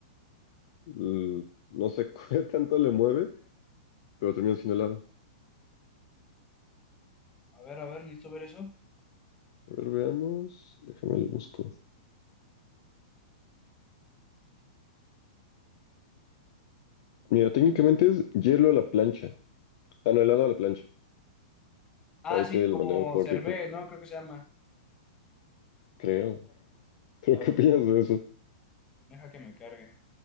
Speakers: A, on the left; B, on the left.
A: L- No sé <laughs> qué tanto le mueve, pero termina siendo helado.
B: A ver, a ver, necesito ver eso.
A: A ver, veamos. Déjame lo busco. Mira, técnicamente es hielo a la plancha. Ah, no, helado a la plancha.
B: Ah,
A: Ahí
B: sí,
A: te lo
B: como
A: mandé por
B: cervé,
A: TikTok,
B: ¿no? Creo que se llama.
A: creo. <laughs> ¿Pero
B: A ver,
A: qué opinas de eso?
B: deja que me cargue.